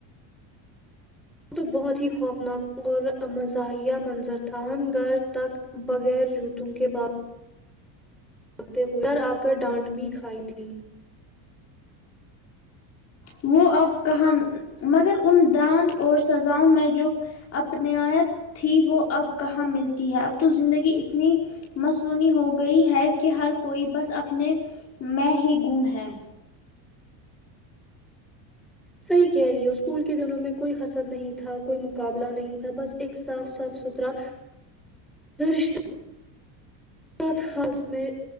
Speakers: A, in the centre; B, on the left (about 35°).
A: تو بہت ہی خوفناک اور مزاحیہ منظر تھا ہم گھر تک بغیر جوتوں کے باپ ہو گھر آ کر ڈانٹ بھی کھائی تھی
B: وہ اب کہاں مگر ان ڈانت اور سزاؤں میں جو اپنائیت تھی وہ اب کہاں ملتی ہے اب تو زندگی اتنی مصنوعی ہو گئی ہے کہ ہر کوئی بس اپنے میں ہی گم ہے
A: صحیح کہہ رہی ہو اسکول کے دنوں میں کوئی حسد نہیں تھا کوئی مقابلہ نہیں تھا بس ایک صاف صاف ستھرا ٹورسٹ سھ ہاؤس میں